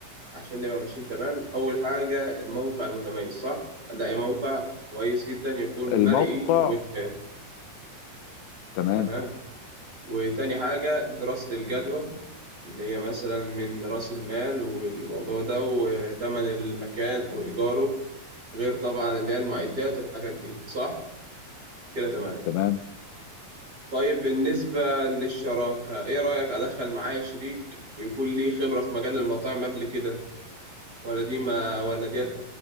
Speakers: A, on the right; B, on the left.
A: عشان نبقى ماشيين تمام أول حاجة الموقع المتميز صح؟ هنلاقي موقع كويس جدا يكون
B: الموقع
A: مرئي ومتشاف
B: تمام
A: تمام وتاني حاجة دراسة الجدوى اللي هي مثلا من رأس المال والموضوع ده وتمن المكان أو إيجاره غير طبعا اللي هي المعدات والحاجات دي صح؟ كده تمام
B: تمام
A: طيب بالنسبة للشراكة إيه رأيك أدخل معايا شريك يكون ليه خبرة في مجال المطاعم قبل كده ولا دي ما ولا ديت